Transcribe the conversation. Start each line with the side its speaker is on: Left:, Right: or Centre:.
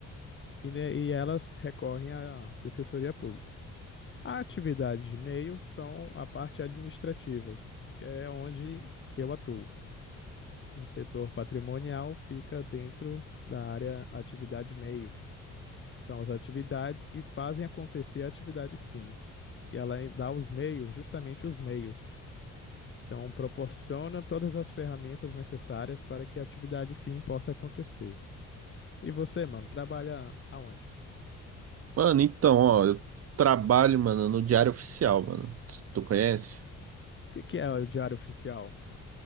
Left: e, né e elas recorrem à defensoria pública. A atividade de meio são a parte administrativa, que é onde eu atuo. O setor patrimonial fica dentro da área atividade meio São as atividades que fazem acontecer a atividade fim. que Ela dá os meios, justamente os meios. Então, proporciona todas as ferramentas necessárias para que a atividade fim possa acontecer. E você, mano, trabalha aonde?
Right: Mano, então, ó, eu trabalho, mano, no Diário Oficial, mano. Tu, tu conhece?
Left: O que que é o diário oficial?